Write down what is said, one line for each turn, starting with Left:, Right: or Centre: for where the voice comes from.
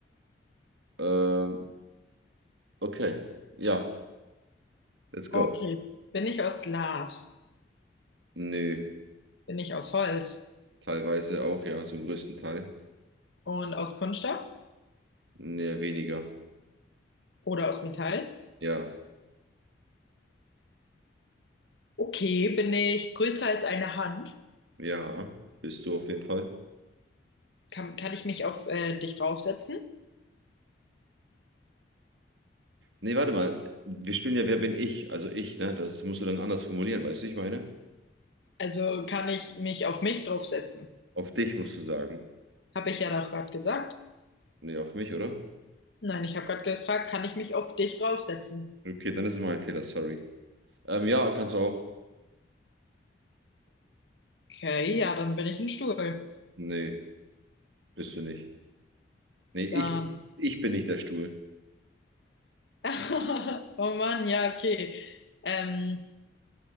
Right: ähm, Okay, ja. Let's go.
Left: Okay. Bin ich aus Glas?
Right: Nö,
Left: Bin ich aus Holz?
Right: teilweise auch, ja, zum größten Teil.
Left: Und aus Kunststoff?
Right: Nee, weniger.
Left: Oder aus Metall?
Right: Ja,
Left: Okay, bin ich größer als eine Hand?
Right: ja, bist du auf jeden Fall.
Left: Kann, kann ich mich auf äh, dich draufsetzen?
Right: Nee, warte mal, wir spielen ja Wer bin ich? Also ich, ne? Das musst du dann anders formulieren, weißt du, ich meine?
Left: Also kann ich mich auf mich draufsetzen?
Right: Auf dich musst du sagen.
Left: Habe ich ja doch gerade gesagt.
Right: Nee, auf mich, oder?
Left: Nein, ich habe gerade gefragt, kann ich mich auf dich draufsetzen?
Right: Okay, dann ist es mein Fehler, sorry. Ähm, ja, kannst du auch.
Left: Okay, ja, dann bin ich ein Stuhl.
Right: Nee, bist du nicht. Nee, ich,
Left: Dann.
Right: ich bin nicht der Stuhl.
Left: <laughs> Oh Mann, ja, okay. Ähm,